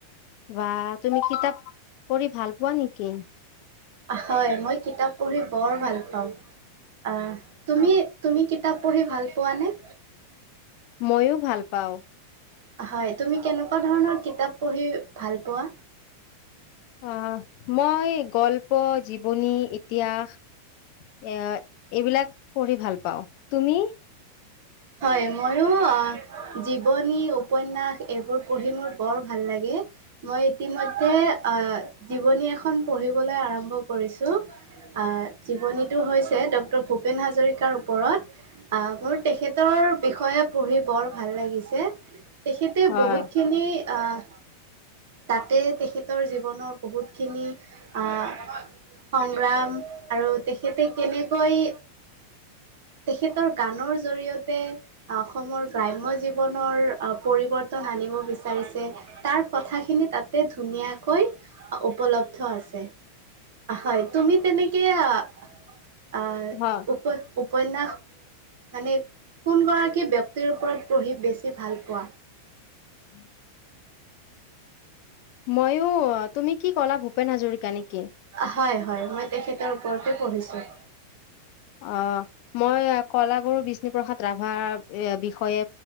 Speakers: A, on the left; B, on the right.
A: বা তুমি কিতাপ পঢ়ি ভাল পোৱা নেকি?
B: হয়, মই কিতাপ পঢ়ি বৰ ভাল পাওঁ। অ, তুমি তুমি কি। কিতাপ পঢ়ি ভাল পোৱা নে?
A: মইো ভাল পাওঁ।
B: হয়। তুমি কেনেকুৱা ধৰণৰ কিতাপ । পঢ়ি ভাল পোৱা?
A: অ, মই গল্প। জীৱনী ইতিহাস এ এইবিলাক পঢ়ি ভাল । পাও, তুমি?
B: হয় ময়ো আহ জীৱনী, উপন্যাস এইবোৰ পঢ়ি মোৰ বৰ ভাল লাগে, মই ইতিমৈধে আহ যাহ জীৱনী এখন পঢ়িবলৈ আৰম্ভ কৰিছোঁ আহ জীৱনীটো হৈছে ডক্টৰ ভূপেন হাজৰিকাৰ। ওপৰত আহ মোৰ তেখেতৰ বিষয়ে পঢ়ি বৰ ভাল লাগিছে। তেখেতে
A: হয়
B: বহুতখিনি। আহ, তাতে তেখেতৰ জীৱনৰ বহুতখিনি আহ সংগ্ৰাম আৰু তেখেতে কেনেকৈ। তেখেতৰ গানৰ জৰিয়তে, অসমৰ গ্ৰাম্য জীৱনৰ পৰিৱৰ্তন আনিব বিচাৰিছে, তাৰ কথাখিনি তাত। ধুনীয়াকৈ উপলব্ধ আছে। হয় তুমি তেনেকে আহ। আৰ
A: হয়
B: উপচ উব। উপন্যাস মানে। কোন গৰাকী ব্যক্তিৰ ওপৰত। পঢ়ি বেছি ভাল পোৱা।
A: উম <unintelligible> ময়ো, তুমি কি কলা, ভূপেন হাজৰিক নেক।
B: হয়। হয় মই তেখেতৰ ওপৰতে পঢ়িছো।
A: আহ মই কলাগুৰু বিষ্ণুপ্ৰসাদ ৰাভাক এ বিষয়ে।